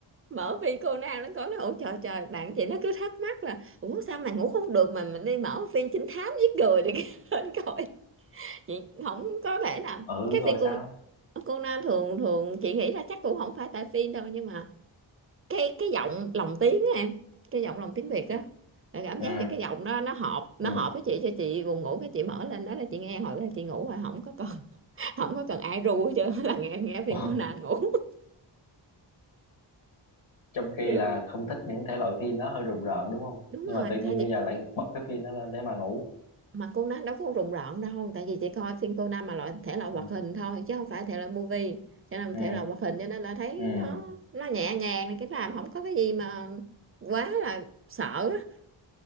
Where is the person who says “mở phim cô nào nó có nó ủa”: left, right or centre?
Right